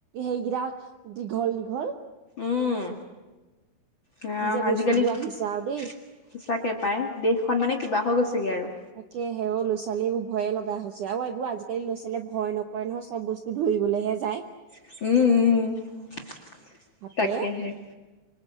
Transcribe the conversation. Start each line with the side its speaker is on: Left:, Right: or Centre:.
Right: সেইকেইডাল দীঘল দীঘল
Left: উম। ৰাম
Right: কি যে
Left: আজিকালি
Right: বস্তুবোৰ আহিছে আৰু দেই।
Left: সঁচাকে পায় দেশখন মানে কিবা হৈ গৈছেগে আৰু।
Right: তাকে সেও ল'ৰাছোৱালীবোৰ ভয়ে লগা হৈছে আৰু এইবোৰ আজিকালি ল'ৰাছোৱালীয়ে ভয় নকৰে নহয় চব বস্তু ধৰিবলৈহে যায়।
Left: উম উম তাকেহে।
Right: হাতেৰে